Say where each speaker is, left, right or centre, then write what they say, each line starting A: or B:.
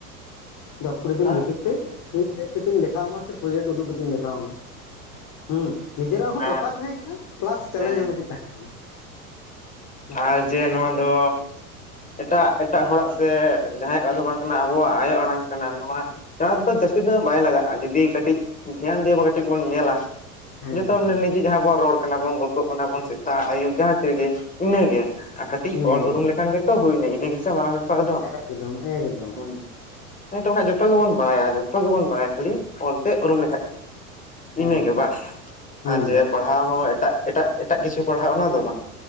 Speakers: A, on the left; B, on the left.
A: ᱫᱚᱥ ᱠᱩᱲᱤ ᱫᱤᱱ
B: ᱟᱨ
A: ᱵᱷᱤᱛᱤᱨ ᱛᱮ ᱦᱮᱡᱽ ᱠᱟᱛᱮᱧ ᱫᱮᱠᱷᱟᱣᱟᱢᱟ ᱥᱮ ᱯᱨᱚᱡᱮᱠᱴ ᱩᱫᱩᱜ ᱠᱟᱛᱮᱧ ᱫᱮᱠᱷᱟᱣᱟ ᱢᱟ ᱦᱮᱸ ᱱᱤᱡᱮᱨᱟᱜ ᱦᱚᱸ ᱫᱚᱨᱠᱟᱨ
B: ᱟᱨ
A: ᱛᱟᱦᱮᱸ ᱯᱞᱟᱥ ᱪᱮᱞᱮᱧᱡᱽ
B: ᱦᱮᱸ
A: ᱦᱚᱸ ᱢᱤᱫᱴᱮᱱ ᱛᱟᱦᱮᱸ ᱠᱟᱱᱟ᱾ ᱯᱞᱟᱥ
B: ᱟᱨ ᱡᱮ ᱱᱚᱣᱟ ᱫᱚ ᱮᱴᱟᱜ ᱮᱴᱟᱜ ᱦᱚᱲᱟᱜ ᱥᱮ ᱡᱟᱦᱟᱸᱭ ᱠᱚᱣᱟᱜ ᱫᱚ ᱵᱟᱝ ᱠᱟᱱᱟ ᱟᱵᱚᱣᱟᱜ ᱟᱭᱳ ᱟᱲᱟᱝ ᱠᱟᱱᱟ ᱱᱚᱣᱟ ᱥᱮᱬᱟ ᱛᱮᱫᱚ ᱡᱟᱹᱥᱛᱤ ᱫᱚ ᱵᱟᱭ ᱞᱟᱜᱟᱜᱼᱟ ᱡᱩᱫᱤ ᱠᱟᱹᱴᱤᱡ ᱫᱷᱮᱭᱟᱱ ᱫᱤᱭᱮ ᱵᱚ ᱠᱟᱹᱴᱤᱡ ᱵᱚᱱ ᱧᱮᱞᱟ᱾
A: ᱦᱮᱸ
B: ᱡᱚᱛᱚ ᱱᱤᱡᱮ
A: ᱦᱮᱸ
B: ᱡᱟᱦᱟᱸ ᱵᱚᱱ ᱨᱚᱲ ᱠᱟᱱᱟ ᱵᱚᱱ ᱜᱚᱞᱯᱚᱜ ᱠᱟᱱᱟ ᱵᱚᱱ ᱥᱮᱛᱟ ᱟᱹᱭᱩᱵ ᱡᱟᱦᱟᱸ ᱛᱤ ᱨᱮᱜᱮ ᱤᱱᱟᱹᱜᱮ᱾ ᱟᱨ ᱠᱟᱹᱴᱤᱡ
A: ᱤᱱᱟᱹᱜᱮ
B: ᱚᱞ ᱩᱨᱩᱢ ᱞᱮᱠᱷᱟᱱ ᱜᱮᱛᱚ ᱦᱩᱭᱱᱟ ᱤᱱᱟᱹ ᱜᱮᱥᱮ ᱢᱟᱨᱟᱝ ᱫᱚ
A: ᱮᱠᱫᱚᱢ ᱮᱠᱫᱚᱢ
B: ᱦᱮᱸ ᱦᱮᱸ ᱛᱚ ᱵᱟᱠᱷᱟᱡ ᱡᱚᱛᱚ ᱜᱮᱵᱚᱱ ᱵᱟᱲᱟᱭᱟ ᱡᱚᱛᱚ ᱜᱮᱵᱚᱱ ᱵᱟᱲᱟᱭᱟ ᱠᱷᱟᱹᱞᱤ ᱚᱞᱛᱮ ᱩᱨᱩᱢ ᱞᱮᱠᱷᱟᱡ᱾ ᱤᱱᱟᱹᱜᱮ
A: ᱮᱠᱫᱚᱢ
B: ᱵᱟᱥ
A: ᱦᱮᱸ
B: ᱟᱨ ᱡᱮ ᱯᱟᱲᱦᱟᱣ ᱦᱚᱸ ᱮᱴᱟᱜ ᱮᱴᱟᱜ ᱮᱴᱟᱜ ᱠᱤᱪᱷᱩ ᱯᱟᱲᱦᱟᱜ ᱚᱱᱟ ᱫᱚ ᱵᱟᱝ᱾